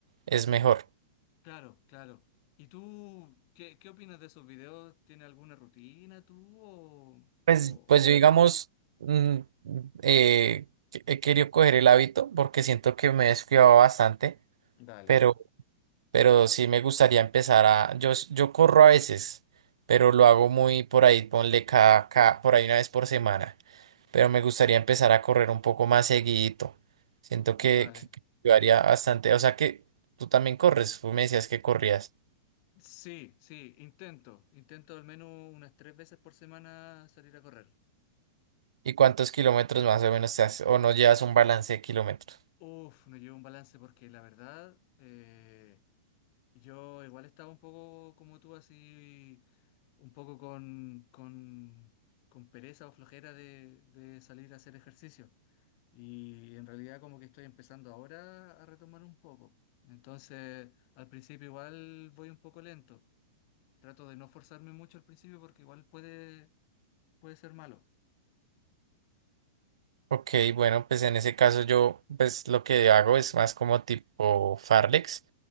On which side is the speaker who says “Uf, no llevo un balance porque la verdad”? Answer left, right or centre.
Left